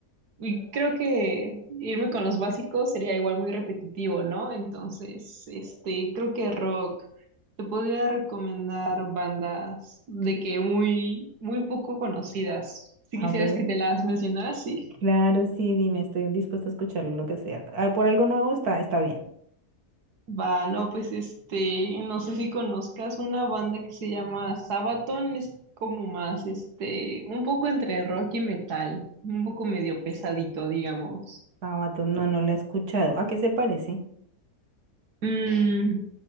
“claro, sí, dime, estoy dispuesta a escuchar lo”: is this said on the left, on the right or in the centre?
Right